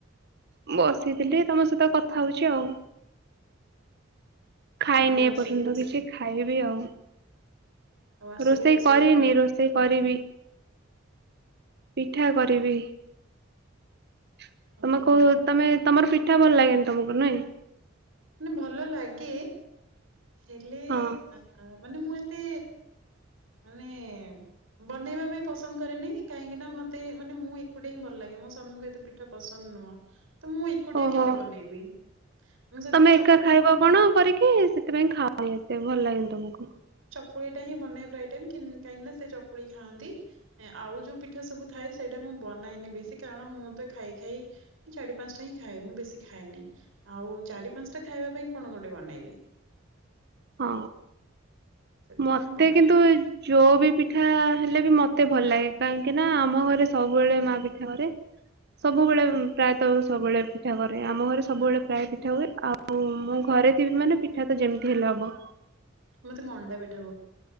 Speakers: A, on the right; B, on the right.
A: ମୁ ବସିଥିଲି ତମ ସହିତ କଥା ହଉଛି ଆଉ। ଖାଇନି
B: ଆଉ
A: ଏ
B: ଆସିକି
A: ପର୍ଯ୍ୟନ୍ତ
B: ରୋଷେ
A: କିଛି ଖାଇବି ଆଉ।
B: ଆଉ ଆସିକି
A: ରୋଷେଇ କରିନି
B: କଲ?
A: ରୋଷେଇ କରିବି। ପିଠା କରିବି ତମେ
B: ଓହୋ।
A: କହୁ ତମେ ତମର ପି ଠା ଭଲ ଲାଗେନି ତମକୁ ନାହିଁ?
B: ମାନେ ଭଲ ଲାଗେ ହେଲେ
A: ହଁ
B: ଆ ମାନେ ମୁଁ ଏ ତେ ମାନେ ବନେଇବା ପାଇଁ ପସନ୍ଦ କରେନି କାହିଁକିନା ମତେ ମାନେ ମୁ ଏକୁଟିଆ ହିଁ ଭଲ ଲାଗେ ମୋ ସ୍ଵାମୀଙ୍କୁ ଏତେ ପିଠା ପସନ୍ଦ ନୁହଁ ତ ମୁଁ ଏକୁଟିଆ
A: ଓହୋ
B: କେତେ ବନେଇବି। ମୁଁ ସେଥିପାଇଁ
A: ତମେ
B: ଚକୁଳି
A: ଏକା ଖାଇବ
B: ହିଁ
A: କଣ କରିକି ସେଥିପାଇଁ ଖଅନି ଏତେ ଭଲ ଲାଗେନି ତମକୁ।
B: ଚକୁଳି ଟା ହିଁ ବନେଇ ପ୍ରାୟେ ଟାଇମ କାହିଁକିନା ସେ ଚକୁଳି ଖାନ୍ତି ଆଉ ଯଉ ପିଠା ସବୁ ଥାଏ ସେଇଟା ମୁ ବନାଇନି ବେଶୀ କାରଣ ମୁଁ ତ ଖାଇ ଖାଇ ଚାରି ପାଞ୍ଚଟା ହିଁ ଖାଏ ମୁଁ ବେଶୀ ଖାଏନି ଆଉ ଚାରି ପାଞ୍ଚଟା ଖାଇବା ପାଇଁ କଣ ଗୋଟେ ବନେଇବି।
A: ହଁ
B: ସେଥିପାଇଁ
A: ମତେ
B: ବନାଏନି।
A: କିନ୍ତୁ ଯୋଉ ବି ପିଠା ହେଲେ ବି ମତେ ମତେ ଭଲ ଲାଗେ କାହିଁକି ନା ଆମ ଘରେ ସବୁବେଳେ ମା ପିଠା କରେ ସବୁବେଳେ ପ୍ରାୟତଃ ସବୁବେଳେ ପିଠା କରେ ଆମ ଘରେ ସବୁବେଳେ ପ୍ରାୟ ପିଠା ହୁଏ ଆଉ ମୁଁ ଘରେ ଥିବିି ମାନେ ପିଠା ତ ଯେମିତି ହେଲେ ହ ବ
B: ମତେ ମଣ୍ଡା ପି